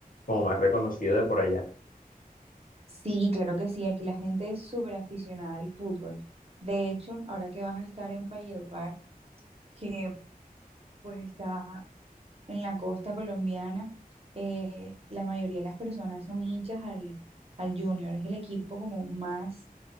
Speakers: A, on the left (about 65°); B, on the right (about 40°).
A: como más reconocido de por allá.
B: Sí, claro que sí, aquí la gente es súper aficionada al fútbol. De hecho, ahora que vas a estar en Valledupar, que pues está en la costa colombiana, eh, la mayoría de las personas son hinchas al, al Junior. Es el equipo como más,